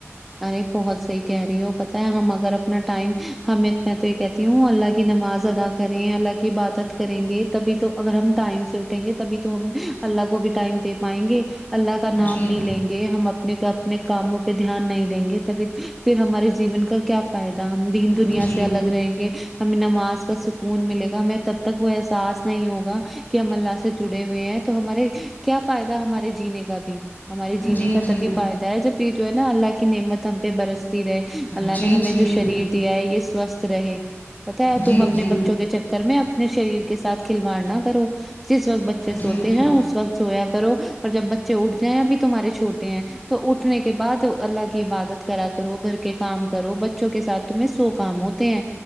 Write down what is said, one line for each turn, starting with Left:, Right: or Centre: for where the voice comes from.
Centre: ارے بہت صحیح کہہ رہی ہو پتہ ہے ہم اگر اپنا ٹائم ہم میں تو یہ کہتی ہوں اللہ کی نماز ادا کریں اللہ کی عبادت کریں گے تبھی تو اگر ہم ٹائم سے اٹھیں گے تبھی تو ہم اللہ کو بھی ٹائم دے پائیں گے اللہ کا نام
Left: جی
Centre: نہیں لیں گے ہم اپنے کا اپنے کاموں پہ دھیان نہیں دیں گے تبھی پھر ہمارے جیون کا کیا فائدہ ہم دین دنیا
Left: جی
Centre: سے الگ رہیں گے ہمیں نماز کا سکون ملے گا ہمیں تب تک وہ احساس نہیں ہوگا کہ ہم اللہ سے جڑے ہوئے ہیں تو ہمارے کیا فائدہ ہمارے جینے کا بھی ہمارے جینے
Left: جی
Centre: کا
Left: جی
Centre: تبھی فائدہ ہے جب پیٹ نا اللہ کے کی نمتم پہ برستی رہے اللہ
Left: جی
Centre: نے ہمیں
Left: جی
Centre: جو شریر دیا ہے یہ سوستھ رہے پتا ہے
Left: جی
Centre: تم اپنے
Left: جی
Centre: بچوں کے چکر میں اب اپنے شریر کے سھ کھلواڑ نہ کرو جس وقت بچے سوتے
Left: جی
Centre: ہیں
Left: جی
Centre: اس وقت سویا و اور جب بچے اٹھ جائیں یا پھر تمہارے چھوٹے ہیں تو اٹھنے کے بعد اللہ کی عبادت کرا کرو گھر کے کام کرو بچوں کے ساتھ تمہیں سو کام ہوتے ہیں